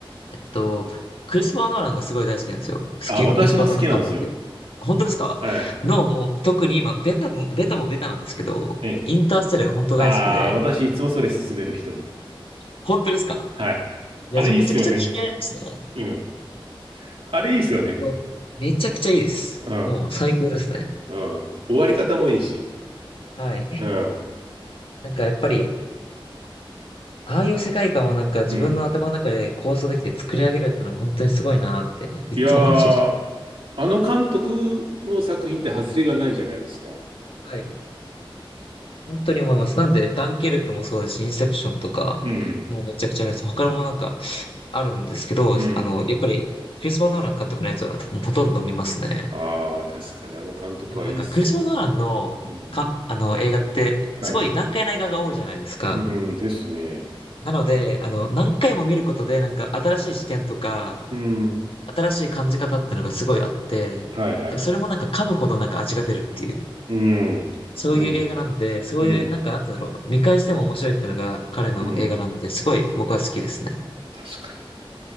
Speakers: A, on the left; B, on the right.
A: えっと、クリスパー・ノーランがすごい大好きなんですよ。好き、
B: あ、私も好きなんですよ。
A: クリスパー・ノーラン監督。本当ですかの、
B: はい。
A: もう、特に今、ベタも、ベタもベタなんですけど、
B: ええ。
A: インターステラーが本当大好きで、
B: ああ、私いつもそれ勧める人に。
A: 本当ですか
B: はい。
A: いや、
B: あれいいっすよね。
A: じゃあめちゃくちゃ気になりますね。
B: うん。あれいいっすよね。
A: えっとめちゃくちゃいいです。
B: うん。
A: もう最高ですね。
B: うん。終わり方もいいし。
A: はい。
B: うん。
A: なんかやっぱり、ああいう世界観をなんか自分の頭の中で構想できて作り上げるってのが本当にすごいなって、
B: うん。
A: いつも感心してます。
B: いやー、あの監督の作品って外れがないじゃないですか。
A: はい。本当に思います。なんで、ダンケルクもそうですし、インセプションとか、
B: うん。
A: もうめちゃくちゃ見ます。他のもなんかあるんですけど、
B: うん。
A: あの、やっぱり、クリスパー・ノーラン監督のやつはもうほとんど見ますね。
B: ああ、確かにあの監督はいいっす。
A: でもなんか、クリスパー・ノーランの、
B: うん。
A: か、あの、映画って、
B: はい。
A: すごい難解な映画が多いじゃないですか。
B: うん。ですね。
A: なので、あの、何回も見ることで、なんか、新しい視点とか、
B: うん。
A: 新しい感じ方っていうのがすごいあって、だからそれもなんか噛むほどなんか味が出るっていう
B: はいはい。うん。
A: そういう映画なんで、
B: うん。
A: そういう、
B: うん。
A: なんか、なんて言うんだろう、見返しても面白いっていうのが彼の映画なんで、
B: うん。
A: すごい僕は好きですね。
B: 確かに。